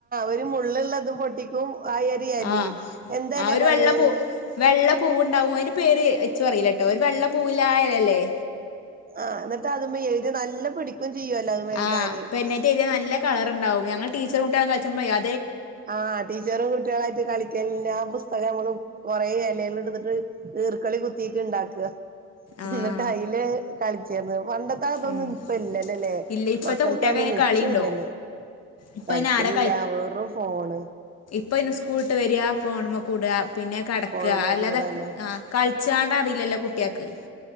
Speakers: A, on the right (about 30°); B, on the left (about 55°).
A: ഒരു മുള്ളുള്ളത് പൊട്ടിക്കും ആ ഒരു എലിം
B: ആഹ്
A: എന്താ
B: ആ
A: എല
B: ഒരു
A: പറയണ്
B: വെള്ള പൂ വെള്ള പൂവണ്ടാവും അയിന്റെ പേര് ഇച്ചു അറീല ഒര് വെള്ള പൂവില്ല ആ എലല്ലേ
A: ആ ന്നിട്ട് അത് മ്മേ എഴ്തിയാ നല്ല പിടിക്കും ചെയ്യുവല്ലോ അതുമ്മെ എഴുതാന്
B: ആഹ് പേന്നായിട്ട് എഴുതിയാ നല്ല കളർണ്ടാവും ഞങ്ങൾ ടീച്ചറും കുട്ട്യാളും കളിച്ചുമ്പേ അ
A: ആഹ് ടീച്ചറും കുട്ട്യാളു ആയിട്ട് കളിക്കല്ന് ആ പുസ്തകമ്മള് കൊറെ എലേല്ട്ത്ത്ട്ട് ഈർക്ക്ളി കുത്തീട്ട്ണ്ടാക്ക
B: ആഹ്
A: എന്നിട്ടൈയില് കളിച്ചർന്ന് ന പണ്ടത്തെ അതൊന്നും
B: ഉം
A: ഇപ്പ ഇല്ലല്ലല്ലേ
B: ഇല്ല ഇപ്പത്തെ
A: മക്കൾക്ക്
B: കുട്ടികൾക്ക്
A: അതോന്നും
B: അയിന്
A: നിച്ചുല്ലന്ന്
B: കളിയുണ്ടോ ഇപ്പൊ
A: കളിക്കലില്ല
B: അയിന് ആരാ
A: വേറും ഫോണ്
B: ഇപ്പയിന് സ്കൂള്ട്ട് വരാ ഫോൺമ്മ കൂടാ പിന്നെ കടക്ക
A: ഫോണുമ്മെ
B: അല്ലാതെ
A: കൂടെന്നെ
B: ആ കള് ച്ചാനറീല്ലല്ലോ കുട്ട്യാക്ക്